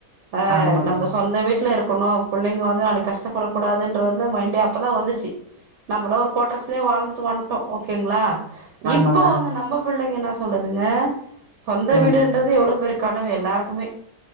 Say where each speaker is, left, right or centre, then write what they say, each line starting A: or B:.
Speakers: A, on the right; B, on the right.
A: ஆ
B: ஆமாங்க
A: நம்ப சொந்த வீட்டுல இருக் ஒன்னும் பிள்ளைங்க வந்து நாளைக்கு கஷ்டப்படக்கூடாதுனு ன்ற மைண்டே அப்பதான் வந்துச்சு நம்பளும் ஒரு கோட்டர்ஸலயே வாழ்ந்துட்டு வந்துட்டோம் ஓகேங்களா இப்ப
B: ஆமாங்க
A: வந்து நம்ப புள்ளைங்க என்ன சொல்லுதுங்க சொந்த வீடுன்றது
B: ம்
A: எவ்ளோ பேருக்கு கனவு எல்லாருக்குமே